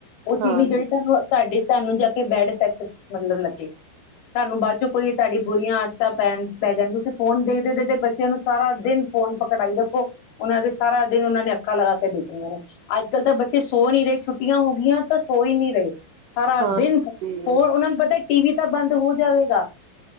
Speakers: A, on the left; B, on the right.
A: ਉਹ ਚੀਨੀ
B: ਹਾਂ
A: ਜਿਹੜੀ ਤੁਹਾਨੂੰ ਤਾਡੇ ਤੁਹਾਨੂੰ ਜਾਕੇ ਬੈਡ ਇਫੈਕਟ ਮਤਲਬ ਲੱਗੇ, ਤੁਹਾਨੂੰ ਬਾਅਦ ਚ ਕੋਈ ਤੁਹਾਡੀ ਬੁਰੀਆ ਆਦਤਾ ਪੈਣ। ਪੈ ਜਾਣ ਗਈਆ ਤੇ ਫੋਨ ਦੇਖਦੇ ਦੇਖਦੇ ਬੱਚਿਆ ਨੂੰ ਸਾਰਾ ਦਿਨ ਫੋਨ ਪਕੜਾਈ ਰੱਖੋ, ਉਹਨਾ ਨੇ ਸਾਰਾ ਦਿਨ ਉਹਨਾ ਨੇ ਅੱਖਾ ਲਗਾ ਕੇ ਦੇਖੀ ਜਾਣਾ ਅੱਜ ਕੱਲ ਤਾਂ ਬੱਚੇ ਸੋ ਨੀ ਰਹੇ ਛੁੱਟੀਆਂ ਹੋਗੀਆ ਪਰ ਸੋ ਹੀ ਨੀ ਰਹੇ। ਸਾਰਾ
B: ਹਾਂ
A: ਦਿਨ
B: ਜੀ
A: ਉਹ ਉਹਨਾ ਨੂੰ ਪਤਾ ਟੀਵੀ ਤਾਂ ਬੰਦ ਹੋ ਜਾਵੇਗਾ,